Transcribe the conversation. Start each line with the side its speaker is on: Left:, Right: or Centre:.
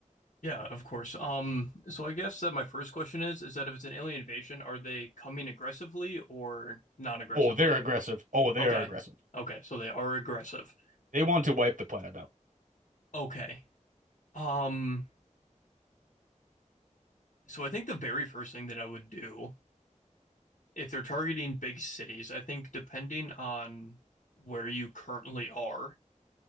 Left: Yeah, of course. Um, so I guess that my first question is is that if it's an alien invasion, are they coming aggressively or non-aggressively?
Right: Oh, they're aggressive. Oh, they
Left: Okay.
Right: are aggressive.
Left: Okay. So they are aggressive.
Right: They want to wipe the planet out.
Left: Okay. Um, so I think the very first thing that I would do, if they're targeting big cities, I think depending on where you currently are,